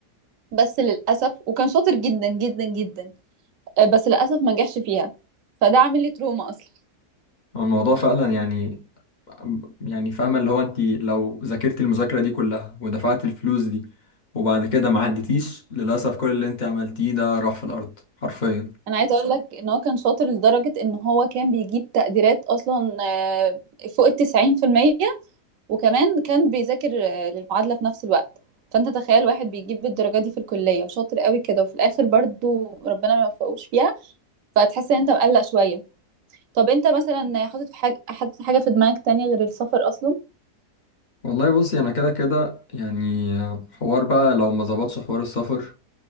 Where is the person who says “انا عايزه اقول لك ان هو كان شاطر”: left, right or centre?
Right